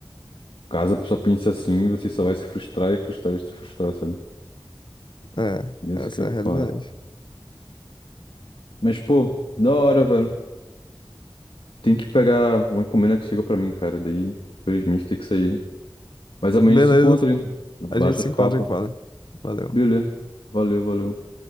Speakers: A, on the left; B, on the left.
A: Caso a pessoa pense assim, você só vai se frustrar e frustrar e se frustrar, sabe?
B: é,
A: E é
B: essa
A: Isso que é
B: é
A: foda.
B: a realidade.
A: Mas, pô, da hora, velho. Tem que pegar uma encomenda que chegou pra mim, cara. Daí, infelizmente, tem que sair. Mas amanhã
B: Beleza.
A: a gente se encontra, hein? Baixa
B: A gente se
A: outro
B: encontra
A: papo.
B: aqui, vale. Valeu.
A: Beleza. Valeu, valeu.